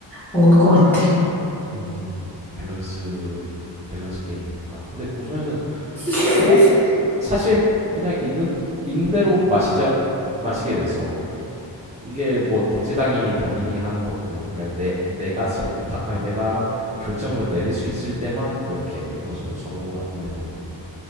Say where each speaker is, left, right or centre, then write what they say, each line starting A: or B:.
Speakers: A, in the centre; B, on the right.
A: 먹는 것 같아.
B: 오, 밸런스, 그 밸런스 게임인 건가? 근데 보면은
A: <laughs>
B: 그냥 사실 그냥 있는 있는 대로 마시자 마시게 돼서 이게 뭐 대체당인이 당인이 하는 것도 그냥 내 내가 설타 아니 내가 결정을 내릴 수 있을 때만 이렇게 어느 정도 선호가 있는 거고